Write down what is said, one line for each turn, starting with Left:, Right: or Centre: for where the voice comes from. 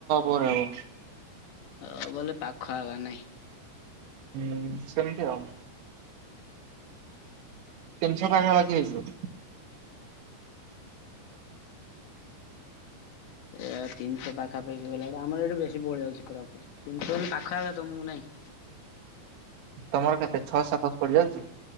Right: ପରେ ହବ।
Left: ଓ ବୋଲେ ପାଖ ଆଖ ନାହିଁ।
Right: ହୁଁ, ସେମିତି ଆଉ। ତିନ ଶହ ପାଖା ପାଖି ହେଇଯିବ।
Left: ଏ ତିନିଶହ ପାଖାପାଖି ଗଲାବେଳୁ, ଆମର ଏଠୁ ବେଶୀ ପଡ ଯାଉଛି କୋରାପୁଟ। ତିନ ଶହ ହେଲେ ପାଖ ଆଖ ତୋମକୁ ନାହିଁ।
Right: ତୋମର କେତେ ଛଅ ସାତ ଶହ ପଡିଯାଉଛି?